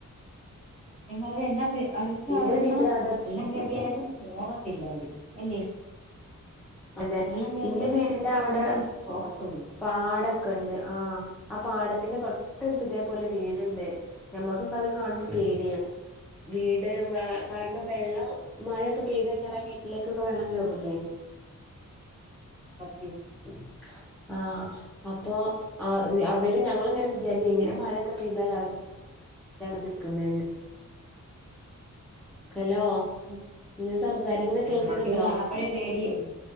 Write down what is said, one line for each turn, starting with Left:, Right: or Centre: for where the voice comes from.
Right: ത്യം പറഞ്ഞ എന്നാ
Centre: എന്റെ
Right: അവരന്നാ
Centre: വീട്ടില് അത്
Right: വെള്ളം കേറിയാൽ <inaudible> പോവത്തില്ല അവര് എല്ലേ
Centre: അതെ
Right: വെള്ളം കേറിയാലും
Centre: എന്റെ വീടിന്റെ
Right: അവര്
Centre: അവിടെ
Right: അവടെ വിട്ട് പോവത്തുല്ലാ
Centre: പാടൊക്കെ ഉണ്ട് ആഹ ആ പാടത്തിന്റെ തൊട്ടടുത്തതേപലെ വീടുണ്ട് ഞമ്മക്കുപ്പോ അത് കാണുമ്പോ പേടിയാണ് വീട് മ കാരണം വെള്ളം മഴയൊക്കെ പെയ്ത ഇങ്ങളെ വീട്ടിലേക്കൊക്കെ വെള്ളം കേറൂല്ലേ
Right: സത്യേ
Centre: <inaudible> ആഹ് അപ്പോ ആഹ് അവര് ഞങ്ങളിങ്ങനെ വിചാരിക്കു ഇങ്ങനെ മഴക്കെ പെയ്താൽ അവ എവിടെ നിക്കുന്നെന്ന് ഹലോ ഞാൻ സംസാരിക്കുന്നത്
Right: നമ്മക്ക്
Centre: കേൾക്കുന്നുണ്ടോ
Right: ഇത് കാണുമ്പോഴേ പേടിയല്ലേ